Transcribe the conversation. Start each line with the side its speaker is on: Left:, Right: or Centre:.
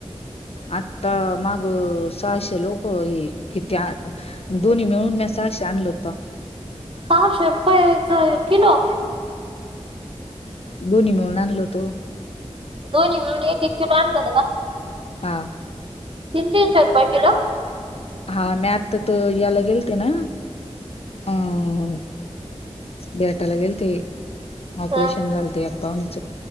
Left: आता मग सहाशे लोक हे किती दोन्ही मिळून... शांगल होता...
Right: सहाशे रुपयच किलो...
Left: बोनी म्हणून आणलो तो...
Right: दोन्हीळून एक किलो आणला...
Left: हा...
Right: तीन तीनशे रुपये किलो..
Left: हा मी आता तर त याला गेलते ना अ... बेटायला गेल ते ऑपरेशन
Right: हा
Left: झालते... पाहणीच